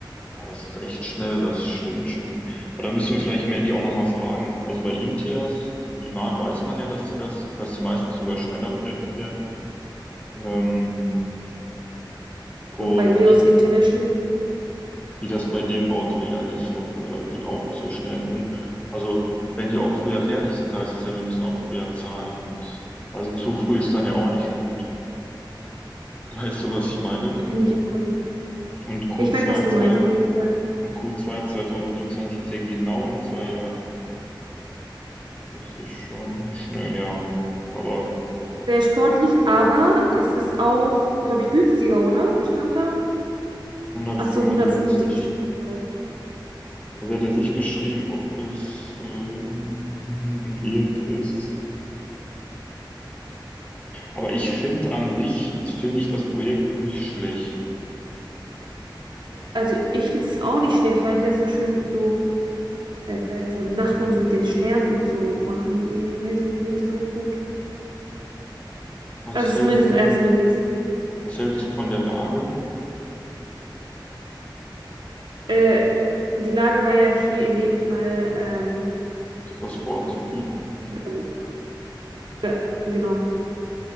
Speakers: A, on the left; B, on the right.
A: Ja, das ist echt schnell, das stimmt schon. Aber da müssen wir vielleicht Mandy auch nochmal fragen. Also bei Imtiaz und Iman weiß man ja, dass sie das, dass sie meistens sogar schneller fertig werden. Ähm, und
B: Und bei Leos
A: wie,
B: International
A: wie das bei den Bauträgern ist, ob äh, die auch so schnell sind. Also wenn die auch früher fertig sind, heißt das ja, wir müssen auch früher zahlen. Und also zu früh ist dann ja auch nicht gut. <laughs> Weißt du, was ich meine?
B: finde ich auch.
A: Und Q2,
B: ja, Ich
A: zwei,
B: weiß, was du
A: zwei,
B: meinst, auf jeden Fall.
A: und Q2 2027 ist ja genau in zwei Jahren. Das ist schon schnell, ja. Aber
B: Sehr sportlich, aber es ist auch, glaube ich, günstiger, oder? Was stand da?
A: 175.000.
B: Ach so, 175.000.
A: Also er hat ja nicht geschrieben, ob es ähm, novelliert ist. Aber ich finde an sich, finde ich das Projekt nicht schlecht.
B: Also ich finde es auch nicht schlecht, weil die das so schön so, äh, so im Nachtmodus mit den Sternen und so machen. Irgendwie, weiß ich nicht, finde ich das richtig gut.
A: Was
B: Also zumindest
A: hältst du,
B: das erste Bild jetzt.
A: was hältst du von der Lage?
B: Äh, die Lage war ja hier in dem Fall, ähm,
A: Das war Sport City.
B: da, wo- ja, genau.